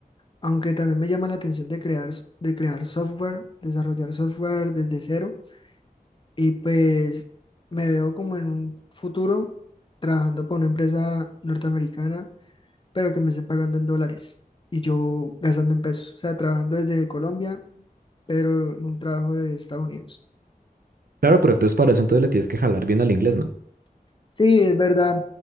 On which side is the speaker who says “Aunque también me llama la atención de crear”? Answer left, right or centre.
Left